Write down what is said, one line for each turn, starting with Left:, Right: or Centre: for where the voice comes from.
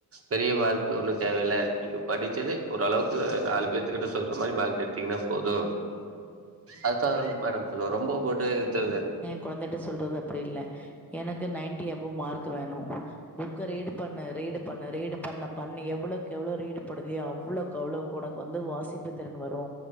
Right: பெரிய மார்க் ஒண்ணு தேவையில்ல நீங்க படிச்சது ஓரளவுக்கு நாலு பேத்து கிட்ட சொல்ற மாறி மார்க் எடுத்தீங்கன்னா போது அதுதா மேடம் சொல்லுவ ரொம்ப போட்டு இத்த
Centre: கொழந்தைிட்ட சொல்றது அப்டி இல்ல எனக்கு நைன்டி அபவ் மார்க் வேணு புக்கை ரீட் பண்ணு ரீடு பண்ணு ரீடு பண்ண பண்ணி எவ்வளோக்கு எவ்வளோ ரீடு பண்ணதோ அவ்ளோ க்கு அவ்ளோக்கு உனக்கு வந்து வாசிப்பு திறன் வரு